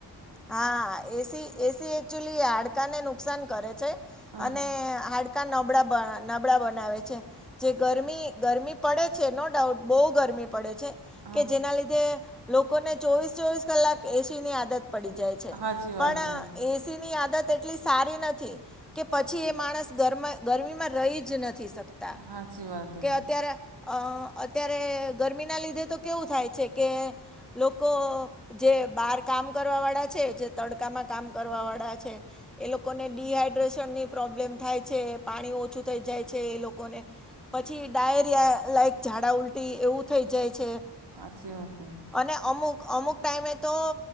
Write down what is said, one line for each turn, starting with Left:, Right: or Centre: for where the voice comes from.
Centre: હા, એસી એસી એકચુલી હાડકા ને નુકસાન કરે છે
Right: હા
Centre: અને હાડ હાડકા નબળા બનાવે છે. જે ગરમી ગરમી પડે છે નો ડાઉટ બહું ગરમી પડે છે
Right: હા
Centre: કે જેના લીધે લોકોને ચોવીસ ચોવીસ કલાક એસી ની આદત પડી જાય છે.
Right: સાચી
Centre: પણ
Right: વાત છે
Centre: એસી ની આદત એટલી સારી નથી કે પછી એ માણસ ગરમા ગરમીમાં રહી જ નથી શકતા.
Right: સાચી વાત
Centre: કે
Right: હે
Centre: અત્યારે અત્યારે ગરમીના લીધે તો કેવું થાય છે કે લોકો જે બહાર ગામ કરવા વાળા છે જે તડકામાં કામ કરવા વાળા છે. એ લોકોને ડીહાઈડ્રેશનની પ્રોબ્લેમ થાય છે, પાણી ઓછું થઈ જાય છે. એ લોકોને પછી ડાયરિયા, ઝાડા ઉલટી એવું થઈ જાય છે.
Right: સાચી વાત છે.
Centre: અને અમુક, અમુક ટાઈમે તો